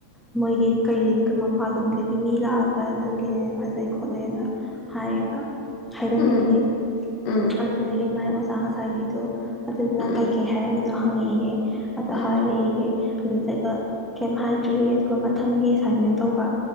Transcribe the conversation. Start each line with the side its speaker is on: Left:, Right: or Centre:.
Centre: ꯃꯣꯏꯒꯤ ꯀꯩ ꯃꯄꯥꯟ ꯂꯝꯗꯒꯤ ꯃꯤ ꯂꯥꯛꯑꯒ ꯅꯪꯒꯤꯁꯦ ꯐꯖꯩ ꯈꯣꯠꯂꯦꯅ ꯍꯥꯏꯌꯦꯕ ꯍꯥꯏꯔꯝꯃꯤꯒꯤ
Left: ꯎꯝ ꯎꯝ
Centre: ꯑꯗꯨꯗꯒꯤ ꯃꯥꯏ ꯑꯁꯥ ꯉꯁꯥꯒꯤꯗꯨꯣ ꯑꯗꯨꯗꯨꯅ
Left: ꯎꯝ ꯎꯝ
Centre: ꯀꯩꯀꯩ ꯍꯥꯏꯔꯝꯃꯤꯅꯣ ꯐꯪꯉꯤꯒꯦ ꯑꯗ
Left: ꯎꯝ
Centre: ꯍꯥꯏꯔꯍꯦ ꯑꯗꯨ ꯀꯩ ꯍꯥꯏ ꯭ꯔꯤ ꯑꯗꯨꯒ ꯃꯊꯪꯒꯤ ꯑꯦꯁꯥꯏꯟꯃꯦꯟ ꯇꯧꯕ